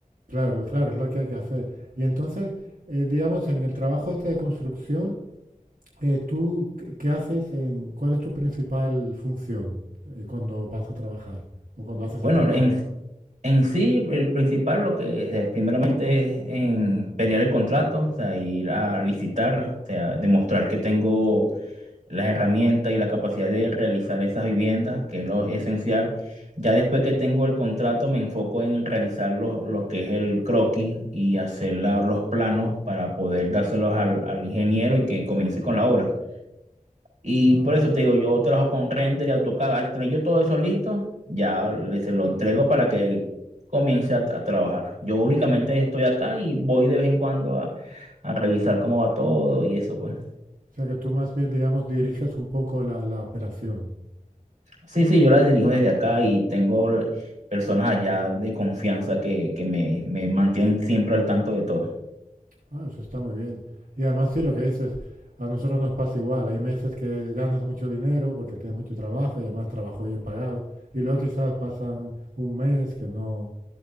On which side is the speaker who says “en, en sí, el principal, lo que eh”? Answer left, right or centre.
Right